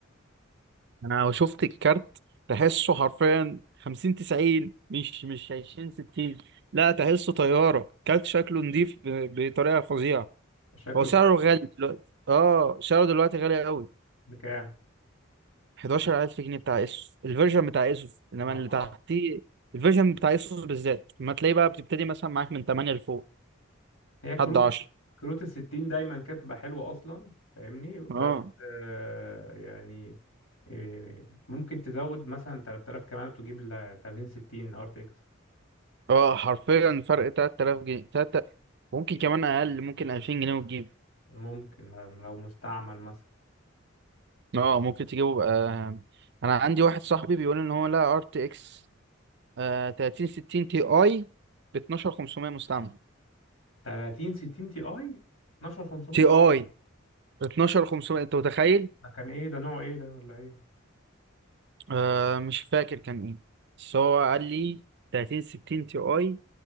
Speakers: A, on the right; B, on the left.
A: انا شفت الكارت تحسه حرفيا 50 90 مش مش 20 60 لا تحسه طياره كارت شكله نضيف ب- بطريقه فظيعه
B: وشكله
A: هو سعره
B: فارق
A: غالي دلوقتي اه سعره دلوقتي غالي قوي
B: بكام
A: 11000 جنيه بتاع اسوس الفيرجن بتاع اسوس انما
B: اه
A: اللي تحتيه الفيرجن بتاع اسوس بالذات ما تلاقيه بقى بتبتدي مثلا معاك من 8 لفوق
B: هي كروت
A: لحد 10
B: الس- كروت الستين دايما كانت بتبقى حلوه اصلا فاهمني بس
A: اه
B: آه يعني آه، ممكن تزود مثلا 3000 كمان وتجيب ل 30 60 ار تي اكس
A: اه حرفيا فرق 3000 جنيه تلاتة ممكن كمان اقل ممكن 2000 جنيه وتجيب
B: ممكن لو مستعمل مثلا
A: اه ممكن تجيبه بقى انا عندي واحد صاحبي بيقول ان هو لا ار تي اكس 3060 تي اي ب 12500 مستعمل
B: 30 60 تي اي 12500
A: تي اي ب 12500 انت متخيل
B: ده كان ايه ده نوع ايه ده ولا ايه
A: آه مش فاكر كان ايه بس هو قال لي 3060 تي اي